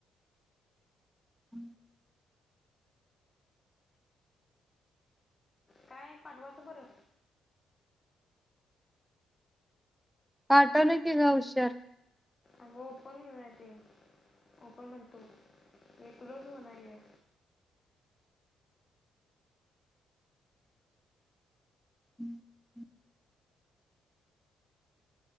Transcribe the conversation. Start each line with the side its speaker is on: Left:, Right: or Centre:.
Centre: हम्
Left: काय पाठवाचं बरं.
Centre: पाठवलोय कि ग उशर.
Left: अगं ओपन होना ते ओपन म्हणतो एक क्लोज होना हे.
Centre: हम्म हम्म <inaudible>